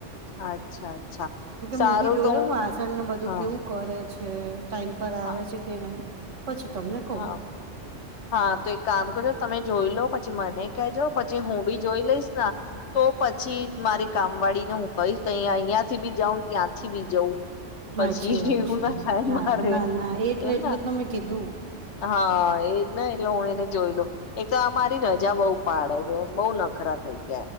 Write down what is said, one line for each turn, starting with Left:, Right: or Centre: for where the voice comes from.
Left: અચ્છા અચ્છા, સારું
Right: હું બી જોઈ
Left: તો
Right: લઉ
Left: હું
Right: ને વાસણ ને બધું
Left: હા
Right: કેવું કરે છે. ટાઈમ પર આવે
Left: હા
Right: છે કે નહી? પછી તમને કહું
Left: હા હા તો એક કામ કરજો તમે જોઈ લો પછી પછી મને કેજો પછી હું બી જોઈ લઈશ ના, તો પછી મારી કામ વાળી ને હું કહીશ તો અ અહિયાં થી બી જાઉં ત્યાંથી બી જઉં.
Right: સાચી
Left: પછી
Right: વાત
Left: એવું
Right: છે
Left: ના થાય
Right: હા
Left: મારે
Right: ના ના એટલે
Left: એને
Right: એટલે ત મેમે કીધું
Left: હા એજ એટલે હું એને જોઈ લઉ, એક તો આ મારી રજા બઉુ પાડે છે બહુ નખરા થઈ ગ